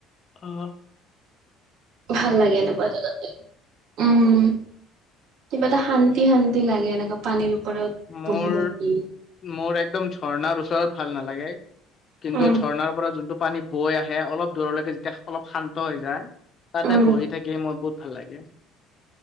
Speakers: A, on the left; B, on the right.
A: অহ।
B: ভাল লাগে এনেকুৱা জাগাতে। উম, কিবা এটা শান্তি শান্তি। শান্তি লাগে এনেকা পানীৰ ওপৰত
A: মোৰ
B: বহি থাকি।
A: মোৰ একদম ঝৰ্ণাৰ ওচৰত ভাল নালাগে। কিন্তু
B: উম।
A: ঝৰ্ণাৰ পৰা যোনটো। পানী বৈ আহে অলপ দূৰলৈকে যেতিয়া অলপ শান্ত হৈ যায়। তাতে
B: উম,
A: বহি থাকি মই বহুত। ভাল লাগে।